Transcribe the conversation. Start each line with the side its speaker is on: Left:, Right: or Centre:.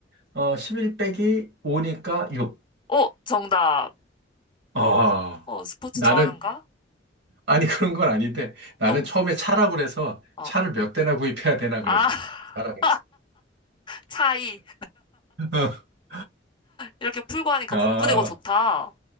Right: 어, 11 빼기 5니까 6.
Left: 오, 정답.
Right: 아,
Left: 어, 어, 스포츠
Right: 나는,
Left: 좋아하는가?
Right: 아니, 그런 건 아닌데. 나는
Left: 너무,
Right: 처음에 차라고 그래서
Left: 어.
Right: 차를 몇 대나 구입해야 되나 그래서.
Left: 아, <laughs>
Right: 차라 그랬어.
Left: 차이.
Right: <laughs>
Left: 이렇게 풀고 하니까
Right: 아.
Left: 공부되고 좋다.